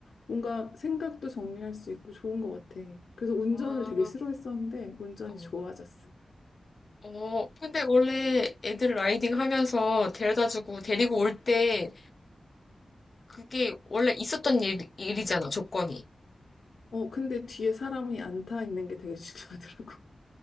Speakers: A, on the left (about 75°); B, on the left (about 40°).
A: 뭔가 생각도 정리할 수 있고 좋은 것 같아. 그래서 운전을
B: 아,
A: 되게 싫어했었는데 운전이
B: 어.
A: 좋아졌어.
B: 어, 근데 원래 애들 라이딩 하면서 데려다주고 데리고 올때 그게 원래 있었던 일, 일이잖아, 조건이.
A: 어, 근데 뒤에 사람이 안 타 있는 게 되게 중요하더라고.